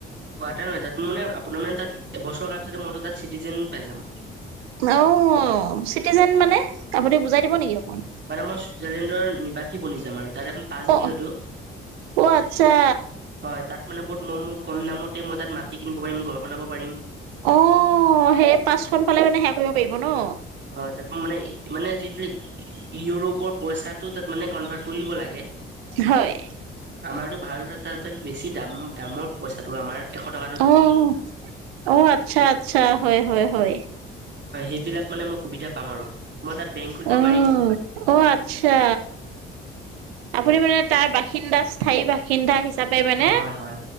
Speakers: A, on the right (about 35°); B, on the right (about 80°).
A: ৱ মানে আপোনাৰ মানে তাত এবছৰ পিছত মইতো তাত চিটিজেন পাই যাম।
B: অ চিটিজেন মানে আপুনি বুজাই দিব নেকি অকমান।
A: তাতে মই ছুইজাৰলেণ্ডৰ নিবাসী বনি যাম আৰু তাত এখন। পাছ
B: অ
A: দিহতো,
B: অ আচ্ছা
A: হয় তাত মানে বহুত মই মোৰ কম দামতে মই তাত মাটি কিনিব পাৰিম ঘৰ বনাব পাৰিম।
B: অ সেই পাঁচখন পালে মানে সেৱা কৰিব পাৰিব ন।
A: হয় তাত মানে মানে যিবিলাক ইউৰোপৰ পইচাটো তাত মানে কনভাৰ্ট কৰিব লাগে।
B: হয়।
A: আমাৰতো ভাৰত এ বেছি দাম দামৰ পইচাটো আমাৰ এশ টকাটোত
B: অ
A: থাকি।
B: অ আচ্ছা আচ্ছা হয় হয় হয়।
A: হয় সেইবিলাক মানে মই সুবিধা পাম আৰু মই তাত বেংক খুলিব
B: অ
A: পাৰিম।
B: অ আচ্ছা আপুনি
A: হয়
B: মানে তাৰ বাসিন্দাস স্থায়ী বাসিন্দা হিচাপে মানে
A: হয় হয়।